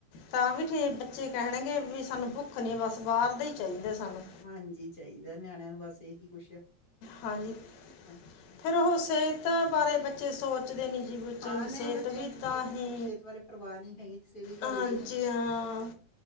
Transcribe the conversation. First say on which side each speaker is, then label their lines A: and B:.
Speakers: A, on the left (about 85°); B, on the left (about 45°).
A: ਤਾਂ ਵੀ ਫਿਰ ਬੱਚੇ ਕਹਿਣਗੇ ਵੀ ਸਾਨੂੰ ਭੁ, ਰੱਖ ਨੇ ਬਸ, ਬਾਹਰ ਦੇ ਹੀ ਚਾਹੀਦਾ ਸਾਨੂੰ
B: ਹਾਂਜੀ, ਚਾਹੀਦਾ ਨਿਆਣਿਆਂ ਨੂੰ ਬਸ ਇਹੀ ਕੁਛ
A: ਹਾਂਜੀ।
B: ਹਾਂਜੀ
A: ਫਿਰ ਉਹ ਸਿਹਤ ਬਾਰੇ ਚੇ ਸੋ ਚਦੇ ਨੀ ਜੀ। ਬੱਚਿਆਂ
B: ਹਾਂ
A: ਦੀ
B: ਨਹੀਂ
A: ਸਿਹਤ
B: ਬੱਚਿਆਂ
A: ਵੀ
B: ਨੂੰ
A: ਤਾਂ ਹੀ,
B: ਸਿਹਤ ਬਾਰੇ ਪਰਵਾਹ ਨਹੀਂ ਹੈਗੀ ਕਿਸੇ ਵੀ ਗੱਲ
A: ਹਾਂਜੀ,
B: ਦੀ
A: ਹਾਂ,